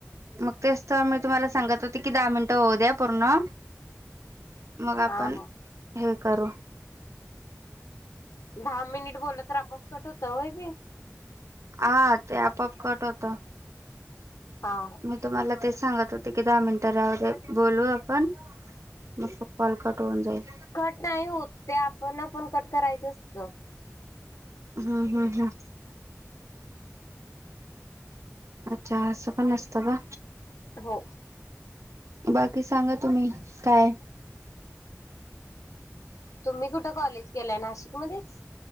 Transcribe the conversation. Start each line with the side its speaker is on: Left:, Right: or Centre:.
Right: मग तेच तर मी तुम्हाला सांगत होते की दहा मिनट तो हुद्या पूर्ण मग
Left: हा
Right: आपण
Left: हा.
Right: हहम्म करू
Left: दहा मिनिट बोल तर आपआप कट होतं वय ते
Right: हा ते आपाप कट होत
Left: हा हा.
Right: मी तुम्हाला ते च सांगत होते की दहा मिनिटाला बोलू आपण मग कॉल कट होऊून जाईल
Left: कट नाही होत ते आपण पण कट करायचं असत
Right: हम्म हम्म हम्म अच्छा असं पण असतं ग
Left: हो
Right: बाकी सांगा तुम्ही काय
Left: तुम्ही कुठं कॉलेज केलाय नाशिक मध्येच